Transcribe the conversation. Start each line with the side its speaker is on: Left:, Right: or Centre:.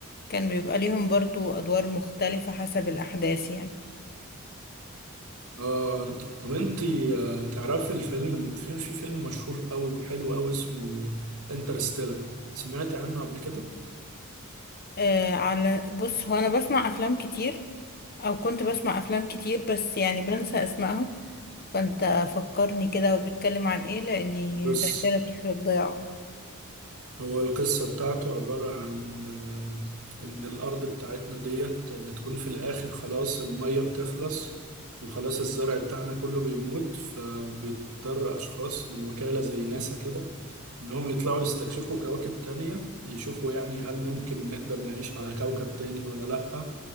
Left: كان بيبقى ليهم برضو أدوار مختلفة حسب الأحداث يعني
Right: اه طب انت آه، تعرفي الفيلم الفيلم في فيلم مشهور قوي وحلو قوي اسمه انترستيلر سمعتي عنه قبل كده
Left: آه على بص هو انا بسمع افلام كتير او كنت بسمع افلام كتير بس يعني بنسى اسمائهم فانت فكرني كده وبيتكلم عن ايه لاني
Right: بص
Left: ذاكرتي في الضياع
Right: هو القصة بتاعته عبارة عن آه، إن الأرض بتاعتنا ديت بتكون في الآخر خلاص المية بتخلص وخلاص الزرع بتاعنا كله بيموت فبيضطر أشخاص من وكالة زي ناسا كده إنهم يطلعوا يستكشفوا كواكب تانية يشوفوا يعني هل ممكن نقدر نعيش على كوكب تاني ولا لأ